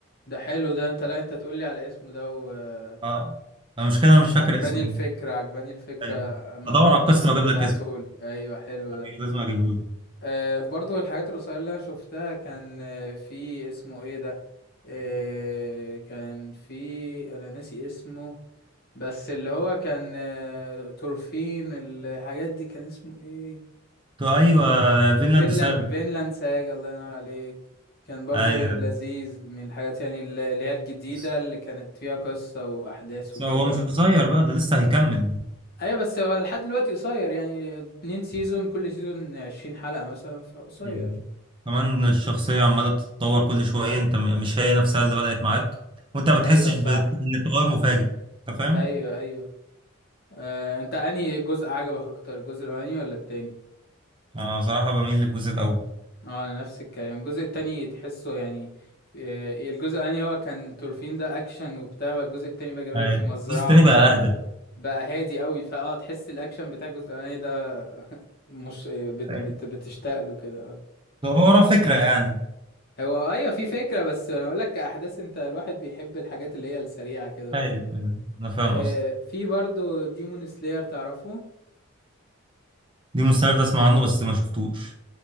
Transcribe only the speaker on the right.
اه المشكلة انا مش فاكر
اسمه
ايوه
بدور
على القصة
واجيب
لك اسمه
أيوة، لازم اجيبه لك
تو ايوه فينلاند
سابع
ايوه
بس
هو مش قصير بقى ده لسه هيكمل
مم. كمان الشخصية عمالة بتتطور كل شوية انت م- مش هي نفسها اللي بدأت معاك وانت ما بتحسش
بت- ان التغير مفاجئ انت فاهم؟
انا بصراحة بميل للجزء الأول
ايوه
الجزء التاني
بقى أهدى
ايوه
هو ورا فكرة يعني
ايوه ايوه انا فاهم
قصدي
دي مستعد اسمع عنه بس ما شفتوش